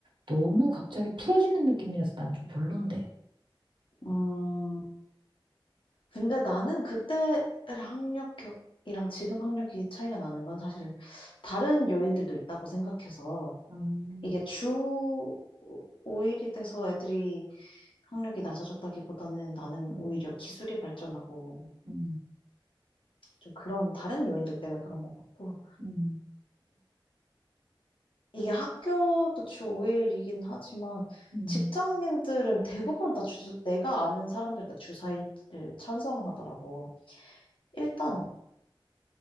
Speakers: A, on the right; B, on the left.
A: 너무 갑자기 풀어지는 느낌이라서 난 좀 별론데.
B: 음. 근데 나는 그때 학력이랑 지금 학력이 차이가 나는 건 사실 다른 요인들도 있다고 생각해서
A: 음,
B: 이게 주 5일이 돼서 애들이 학력이 낮아졌다기보다는 나는
A: 음,
B: 오히려 기술이 발전하고
A: 음,
B: 좀 그런 다른 요인들 때문에 그런 것 같고
A: 음,
B: 이게 학교도 주 5일이긴 하지만
A: 음,
B: 직장인들은 대부분 다 주, 내가 아는 사람들은 다주 4일을 찬성하더라고. 일단,